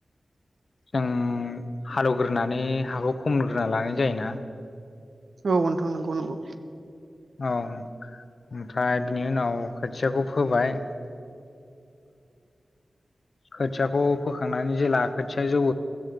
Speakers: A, on the left (about 55°); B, on the right (about 65°).
A: जों हालेवग्रोनानै हाखौ फोमग्रोना लानाय जायोना।
B: औ नोंथां नंगौ नंगौ।
A: औ ओमफ्राय बिनि उनाव खोथियाखौ फोबाय। खोथियाखौ फोखांनानै जेला खोथिया जौ।